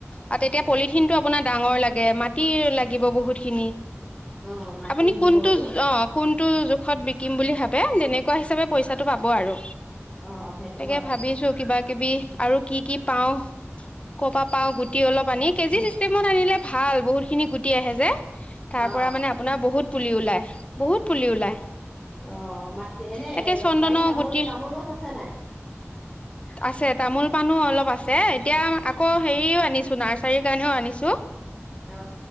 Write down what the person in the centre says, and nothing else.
অ মাটিৰ
গোবৰটো
অ ', সেইটো।
হয়
অ
অ', মাটি এনে
বাৰীত তামোল-তামোল
গছ আছে নাই।
অ